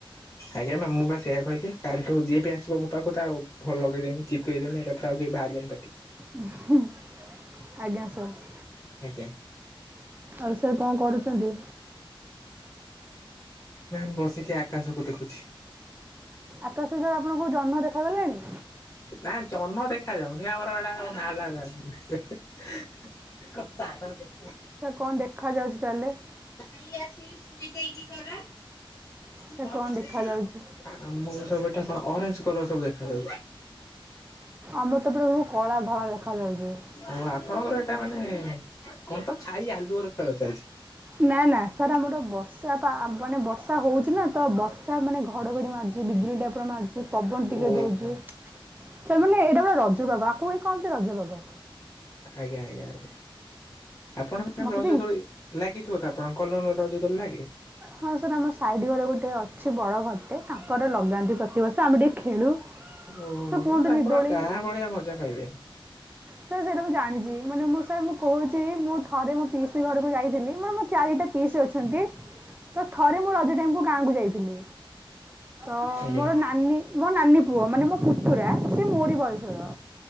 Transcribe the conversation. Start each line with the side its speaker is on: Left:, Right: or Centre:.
Left: ଆଜ୍ଞା ମ୍ୟାମ୍ ମୁଁ ବା ସେଇଆ କହିଲି କାଲିଠୁ ଯିଏ ବି ଆସିବ ମୁଁ ତା କଥା ଆଉ <unintelligible> ଲଗେଇ ଦେବି, ଚିପ୍କେଇ ଦେବି ଏକାଥରେ ଆଉ କିଏ ବାହାରିବେନି ପାଟି
Right: ଉଁ -ହୁଁ ଆଜ୍ଞା ସାର୍।
Left: ଆଜ୍ଞା।
Right: ଆଉ ସାର୍ କଣ କରୁଛନ୍ତି?
Left: ନାଇଁ ମୁଁ ବସିଛି ଆକାଶକୁ ଦେଖୁଛି।
Right: ଆକାଶରେ ଆପଣଙ୍କୁ ଜହ୍ନ ଦେଖାଗଲାଣି?
Left: ନା ଜହ୍ନ ଦେଖା ଯାଉନି ଆମର ଏଡ଼ା ସବୁ ନାଲାଗ ହା ହା। କଣ ତାରା ଦେ
Right: ସାର୍ କଣ ଦେଖାଯାଉଛି ତାହେଲେ?
Left: <unintelligible> ଆମକୁ ସବୁ ଏଠି
Right: ସାର୍
Left: କଣ
Right: ଦେଖାଯାଉଛି?
Left: ଅରେଞ୍ଜ କଲର ସବୁ ଦେଖାଯାଉଛି।
Right: ଆମର ତ ପୁରା ସବୁ କଳା ଧଳା ଦେଖାଯାଉଛି।
Left: ଓ ଆପଣଙ୍କର ଏଇଟା ମାନେ କଣ ତ ଛାଇ ଆଲୁଅର ଖେଳ ଚାଲିଛି।
Right: ନା ନା ସାର୍ ଆମର ବର୍ଷା ପା ମାନେ ବର୍ଷା ହଉଛି ନା ତ ବଷ ସାର ମାନେ ଘଡଘଡି ମାରୁଛି, ବିଜୁଳି ଟା ପୁରା ମାରୁଛି, ପବନ ଟିକେ
Left: ଓହୋ
Right: ଦଉଛି। ସାର୍ ମାନେ ଏଇଟା ପୁରା ରଜ ପାଗ ଆକୁ ହିଁ କହନ୍ତି ରଜପାଗ।
Left: ଆଜ୍ଞା ଆଜ୍ଞା ଆଜ୍ଞା। ଆପଣ <unintelligible>
Right: ମୋତେ
Left: ରଜ
Right: ବି
Left: ଦୋଳି ଲାଗିଥିବ ତ ଆପଣଙ୍କର କଲୋନି ର ରଜ ଦୋଳି ଲାଗେ?
Right: ହଁ ସାର୍ ଆମ ସାଇଟ୍ ଘରେ ଗୋଟେ ଅଛି ବଡ ଘରଟେ ତାଙ୍କର ଲଗାନ୍ତି ପ୍ରତିବର୍ଷ। ଆମେ ଟିକେ ଖେଳୁ।
Left: ଓ
Right: ସାର୍
Left: ହୋ
Right: କୁହନ୍ତିନି
Left: କିନ୍ତୁ ଆପଣ
Right: ଦୋଳି
Left: ଗାଁ ଭଳିଆ ମଜା ପାଇବେନି।
Right: ସାର୍ ସେଇଟା ମୁଁ ଜାଣିଛି ମାନେ ମୁଁ ସାର୍ ମୁଁ କହୁଛି ମୁଁ ଥରେ ମୋ ପିଇସି ଘରକୁ ଯାଇଥିଲି। ମାନେ ମୁଁ ଚାରିଟା ପିଇସି ଅଛନ୍ତି। ତ ଥରେ ମୁଁ ରଜ ଟାଇମ୍ କୁ ଗାଁକୁ ଯାଇଥିଲି। ତ
Left: ଆଜ୍ଞା।
Right: ମୋର ନାନୀ ମୋ ନାନୀ ପୁଅ ମାନେ ମୋ ପୁତୁରା ସେ ମୋରି ବୟସର।